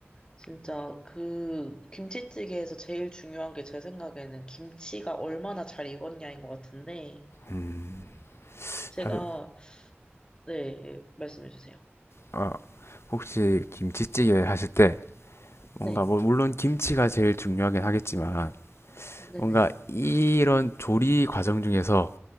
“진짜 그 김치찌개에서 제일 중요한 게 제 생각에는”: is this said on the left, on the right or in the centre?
Left